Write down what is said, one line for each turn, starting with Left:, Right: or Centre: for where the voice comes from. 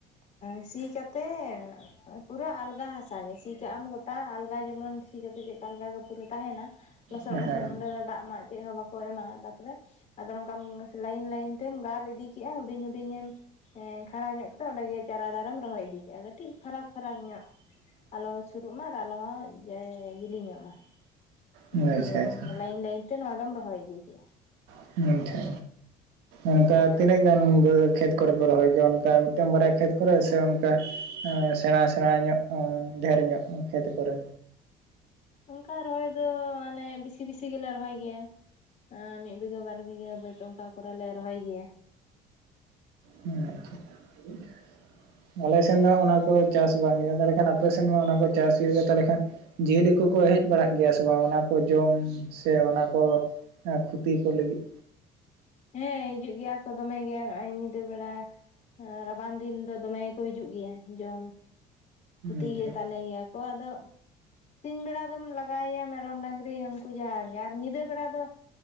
Left: ᱥᱤ ᱠᱟᱛᱮᱜ ᱯᱩᱨᱟᱹ ᱟᱞᱜᱟ ᱦᱟᱥᱟ ᱜᱮ ᱥᱤ ᱠᱟᱜ ᱟᱢ ᱜᱚᱴᱟ ᱟᱞᱜᱟ ᱡᱮᱢᱚᱱ ᱥᱤ ᱠᱟᱜ ᱠᱟᱛᱮ ᱪᱮᱫ ᱟᱞᱜᱟ ᱜᱮ ᱯᱩᱨᱟᱹ ᱛᱟᱦᱮᱱᱟ ᱞᱚᱥᱚᱫ
Right: ᱦᱮᱸ
Left: ᱢᱚᱥᱚᱫ ᱱᱚᱸᱰᱮ ᱫᱚ ᱫᱟᱜ ᱢᱟᱜ ᱪᱮᱫ ᱦᱚᱸ ᱵᱟᱠᱚ ᱮᱢᱟᱜ ᱛᱟᱯᱚᱨᱮ ᱟᱫᱚ ᱱᱚᱝᱠᱟᱢ ᱞᱟᱭᱤᱱ ᱞᱟᱭᱤᱱ ᱛᱮᱢ ᱜᱟᱨ ᱤᱫᱤ ᱠᱮᱫᱼᱟ ᱦᱩᱰᱤᱧ ᱦᱩᱰᱤᱧ ᱮᱢ ᱠᱷᱟᱬᱟ ᱧᱚᱜ ᱠᱟᱛᱮ ᱚᱸᱰᱮ ᱜᱮ ᱪᱟᱨᱟ ᱫᱟᱨᱮᱢ ᱨᱚᱦᱚᱭ ᱤᱫᱤ ᱠᱮᱜᱼᱟ ᱠᱟᱹᱴᱤᱡ ᱯᱷᱟᱨᱟᱠ ᱯᱷᱟᱨᱟᱠ ᱧᱚᱜ ᱟᱞᱚ ᱥᱩᱨᱩᱜ ᱢᱟ ᱟᱨ ᱟᱞᱚ ᱦᱚᱸ ᱡᱤᱞᱤᱧᱚᱜ ᱢᱟ
Right: ᱟᱪᱪᱷᱟ
Left: ᱤᱱᱠᱟᱹ
Right: ᱟᱪᱪᱷᱟ
Left: ᱞᱟᱭᱤᱱ ᱞᱟᱭᱤᱱ ᱛᱮ ᱱᱚᱣᱟ ᱫᱚᱢ ᱨᱚᱦᱚᱭ ᱤᱫᱤ ᱠᱮᱜ ᱼᱟ
Right: <unintelligible> ᱟᱪᱷᱟ ᱚᱱᱠᱟ ᱛᱤᱱᱟᱹᱜ ᱜᱟᱱ <unintelligible> ᱠᱷᱮᱛ ᱠᱚᱨᱮ ᱯᱮ ᱨᱚᱦᱚᱭ ᱜᱮᱭᱟ ᱚᱱᱠᱟ ᱢᱤᱫᱴᱮᱱ ᱵᱟᱨᱭᱟ ᱠᱷᱮᱛ ᱠᱚᱨᱮ ᱥᱮ ᱚᱱᱠᱟ ᱥᱮᱬᱟ ᱥᱮᱬᱟ ᱧᱚᱜ ᱟᱸᱻ ᱰᱷᱮᱨ ᱧᱚᱜ ᱠᱷᱮᱛ ᱠᱚᱨᱮ
Left: ᱚᱱᱠᱟ ᱨᱚᱦᱚᱭ ᱫᱚ ᱢᱟᱱᱮ ᱵᱮᱥᱤ ᱵᱮᱥᱤ ᱜᱮᱞᱮ ᱨᱚᱦᱚᱭ ᱜᱮᱭᱟ ᱟᱸᱻ ᱢᱤᱫ ᱵᱤᱜᱷᱟᱹ ᱵᱟᱨ ᱵᱤᱜᱷᱟᱹ ᱵᱟᱹᱫᱽ ᱚᱱᱠᱟ ᱠᱚᱨᱮ ᱞᱮ ᱨᱚᱦᱚᱭ ᱜᱮᱭᱟ
Right: ᱦᱮᱸ ᱟᱪᱷᱟ <unintelligible> ᱟᱞᱮ ᱥᱮᱱ ᱫᱚ ᱚᱱᱟ ᱠᱚᱫᱚ ᱪᱟᱥ ᱵᱟᱝ ᱦᱩᱭᱩᱜᱼᱟ ᱛᱟᱦᱚᱞᱮ ᱠᱷᱟᱱ ᱟᱯᱮ ᱥᱮᱱ ᱢᱟ ᱚᱱᱟ ᱠᱚ ᱪᱟᱥ ᱦᱩᱭᱩᱜᱼᱟ ᱛᱟᱦᱚᱞᱮ ᱠᱷᱟᱱ ᱡᱤᱭᱟᱹᱞᱤ ᱠᱚᱠᱚ ᱦᱮᱡ ᱵᱟᱲᱟᱜ ᱜᱮᱭᱟ ᱥᱮ ᱵᱟᱝ ᱚᱱᱟ ᱠᱚ ᱡᱚᱢ ᱥᱮ ᱚᱱᱟ ᱠᱚ ᱟᱨ ᱠᱷᱩᱛᱤ ᱠᱚ ᱞᱟᱹᱜᱤᱫ
Left: ᱦᱮᱸ ᱦᱤᱡᱩᱜ ᱜᱮᱭᱟ ᱠᱚ ᱫᱚᱢᱮ ᱜᱮ ᱱᱚᱜᱼᱚᱭ ᱧᱤᱫᱟᱹ ᱵᱮᱲᱟ ᱦᱮᱸ ᱨᱟᱵᱟᱝ ᱫᱤᱱ ᱫᱚ ᱫᱚᱢᱮ ᱜᱮᱠᱚ ᱦᱤᱡᱩᱜ ᱜᱮᱭᱟ ᱡᱚᱢ, ᱠᱷᱚᱛᱤ
Right: ᱟᱪᱪᱷᱟ
Left: ᱜᱮᱛᱟ ᱞᱮ ᱜᱮᱭᱟ ᱠᱚ ᱟᱫᱚ ᱥᱤᱧ ᱵᱮᱲᱟ ᱫᱚᱢ ᱞᱟᱜᱟ ᱪᱟᱭᱮᱭᱟ ᱢᱮᱨᱚᱢ ᱰᱟᱝᱨᱤ ᱩᱱᱠᱩ ᱡᱟᱦᱟᱸ ᱜᱮ ᱟᱨ ᱧᱤᱫᱟᱹ ᱵᱮᱲᱟ ᱫᱚ